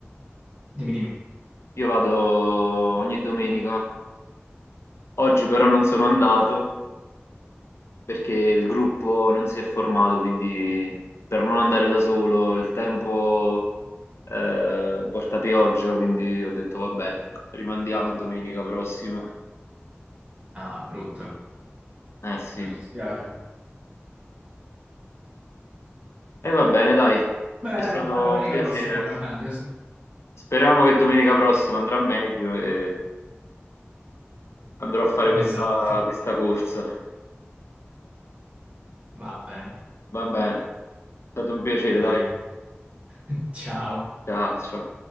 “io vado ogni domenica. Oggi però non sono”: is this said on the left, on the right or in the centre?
Left